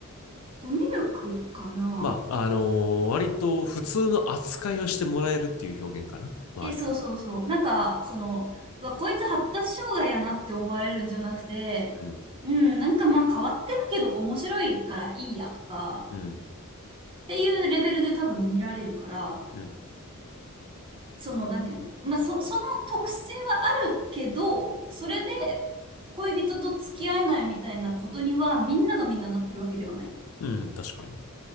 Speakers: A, on the right; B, on the left.
A: コミュ力かな
B: まあ、あのー割と普通の扱いをしてもらえるっていう表現かな。周りから。
A: え、そうそうそう。なんか、その、うわ、こいつ発達障害やなって思われるんじゃなくて、
B: うん。
A: うん、なんかまあ変わってるけど面白いからいいやとか、
B: うん。
A: っていうレベルで多分見られるから、
B: うん。
A: その、なんていうのまあ、そ、その特性はあるけど、それで恋人と付き合えないみたいなことには、みんながみんななってるわけではない。
B: うん、確かに。